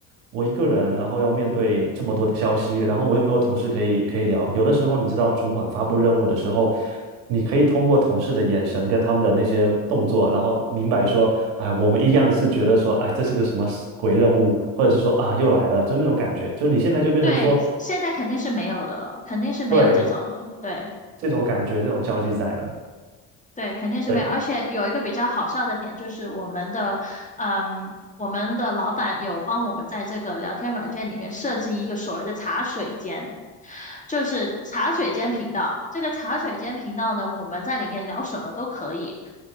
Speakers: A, on the right (about 80°); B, on the left (about 15°).
A: 我一个人，然后要面对这么多的消息，然后我又没有同事可以可以聊。有的时候，你知道，主管发布任务的时候，你可以通过同事的眼神跟他们的那些动作，然后明白说，哎，我们一样是觉得说，哎，这是个什么鬼任务，或者是说啊，又来了，就那种感觉。就你现在就变成说，
B: 对，现在肯定是没有的了，肯定是没有这种了。
A: 对，
B: 对。
A: 这种感觉，这种交际在了。
B: 对，肯定是没有。
A: 对，
B: 而且有一个比较好笑的点，就是我们的，嗯，我们的老板有帮我们在这个聊天软件里面设置一个所谓的茶水间，就是茶水间频道。这个茶水间频道呢，我们在里面聊什么都可以。